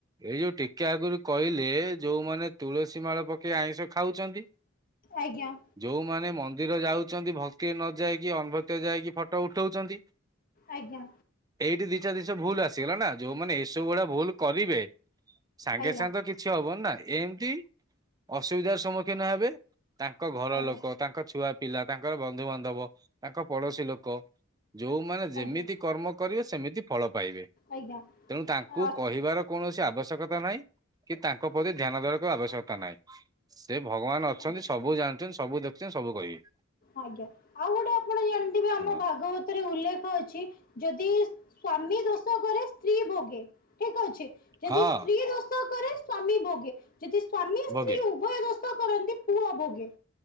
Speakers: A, on the right; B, on the left.
A: ଏଇ ଯୋଉ ଟିକେ ଆଗରୁ କହିଲେ ଯୋଉମାନେ ତୁଳସୀ ମାଳ ପକେଇ ଆଇଁଷ ଖାଉଛନ୍ତି।
B: ଆଜ୍ଞା।
A: ଯୋଉମାନେ ମନ୍ଦିର ଯାଉଛନ୍ତି ଭକ୍ତି ନ ଯାଇକି ଅନଭକ୍ ଯାଇକି ଫଟୋ ଉଠଉଛନ୍ତି।
B: ଆଜ୍ଞା।
A: ଏଇଠି ଦିଶା ଦିଶା ଭୁଲ ଆସିଗଲା ନା ଯୋଉମାନେ ଏଇସବୁ ଭୁଡଆ ଭୁଲ କରିବେ ସାଙ୍ଗେ
B: ଆଜ୍ଞା
A: ସାଙ୍ଗେ ତ କିଛି ହବନି ନା ଏମିତି ଅସୁବିଧାର ସମ୍ମୁଖୀନ ହେବେ। ତାଙ୍କ ଘର
B: ଆଜ୍ଞା
A: ଲୋକ ତାଙ୍କ ଛୁଆ ପିଲା ତାଙ୍କର ବନ୍ଧୁବାନ୍ଧବ ତାଙ୍କ ପଡୋଶୀ ଲୋକ ଯୋଉମାନେ ଯେମିତି
B: ଆଜ୍ଞା
A: କର୍ମ କରିବେ ସେମିତି ଫଳ ପାଇବେ
B: ଆଜ୍ଞା
A: ତେଣୁ ତାଙ୍କୁ
B: ଆଚ୍ଛା
A: କହିବାର କୌଣସି ଆବଶ୍ୟକତା ନାହିଁ କି ତାଙ୍କ ପ୍ରତି ଧ୍ୟାନ ଦେବାକୁ ଆବଶ୍ୟକତା ନାହିଁ। ସେ ଭଗବାନ ଅଛନ୍ତି
B: ଆଚ୍ଛା
A: ସବୁ ଜାଣିଛନ୍ତି ସବୁ ଦେଖୁଛନ୍ତି ସବୁ କହିବି।
B: ଆଜ୍ଞା ଆଉ ଗୋଟେ ଆପଣ ଜାଣିଥିବେ ଆମ
A: ହଁ
B: ଭାଗବତ ଉଲ୍ଲେଖ ଅଛି ଯଦି ସ୍ଵାମୀ ଦୋଷ କରେ ସ୍ତ୍ରୀ ଭୋଗେ ଠିକ ଅଛି। ଯଦି
A: ହଁ
B: ସ୍ତ୍ରୀ ଦୋଷ କରେ ସ୍ଵାମୀ ଭୋଗେ ଯଦି ସ୍ଵାମୀ ସ୍ତ୍ରୀ
A: ଭୋଗେ
B: ଉଭୟ ଦୋଷ କରନ୍ତି ପୁଅ ଭୋଗେ